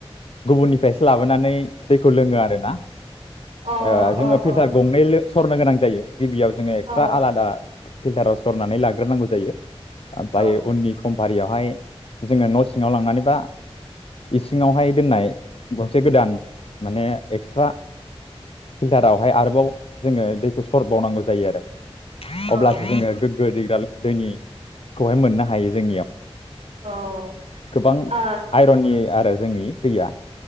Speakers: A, on the left; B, on the right.
A: गुबुननिफ्रायसो लाबोनानै। दैखौ लोङो आरोना ओ
B: अ अ
A: जोङो फिल्टार
B: अ
A: गंनै लो। सरनो गोनां जायो गिबियाव जों। आलादा।
B: औ
A: फिल्टाराव सरनानै लाग्रोनांगौ जायो। ओमफ्राय
B: औ ओ
A: उननि समफारियावहाय। जोंङो न' सिङाव लांनानैबा इसिङावहाय दोननाय गंसे गोदान माने एक्सट्रा फिल्टारावहाय आरोबाव जोंङो दै सर बावनांगौ जायो आरो
B: ओ
A: अब्लासो जोंङो गोग्गो दैग्रा दैनिखौहाय मोननो हायो जोंनियाव
B: ओ
A: गोबां
B: ओ
A: आइरननि आरो जोंनि दैया